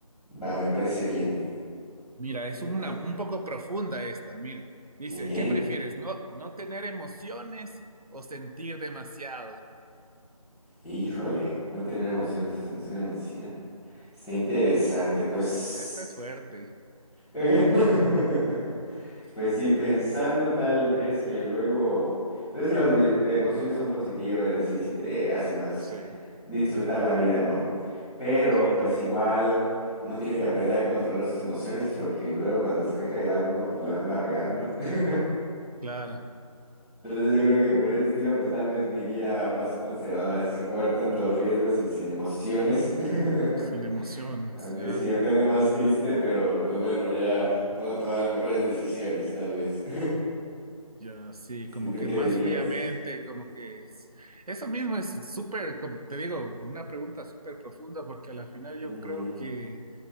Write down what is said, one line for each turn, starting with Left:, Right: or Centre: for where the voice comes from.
Centre: Va, me parece bien.
Right: Mira, es
Centre: Me
Right: una
Centre: parece-
Right: un poco profunda esta, mira. Dice,
Centre: Ok.
Right: ¿qué prefieres? ¿No, no tener emociones o sentir demasiado?
Centre: Híjole, no tener emociones es sentir demasiado. Está interesante, pues.
Right: Esta es fuerte.
Centre: <laughs> Pues sí, pensando tal vez que luego. Pues es que las mone- emociones son positivas, así si te hacen más.
Right: Sí,
Centre: disfrutar la vida, ¿no? Pero
Right: sí,
Centre: pues igual uno tiene que aprender a controlar sus emociones porque luego cuando se deja llevar uno pues, la anda regando. <laughs>
Right: claro,
Centre: Entonces yo creo que por ese estilo pues tal vez me iría más conservador, así sin jugar tantos riesgos y sin emociones.
Right: sin
Centre: <laughs>
Right: emociones,
Centre: Aunque
Right: ya,
Centre: sí, aunque ande más triste, pero pues bueno, ya puedo tomar las mejores decisiones tal vez. <laughs>
Right: ya, sí,
Centre: Sí,
Right: como
Centre: ¿tú
Right: que
Centre: qué
Right: más
Centre: dirías?
Right: fríamente, como que es- eso mismo es súper, com- te digo, una pregunta súper profunda, porque a la final yo
Centre: Ujú.
Right: creo que,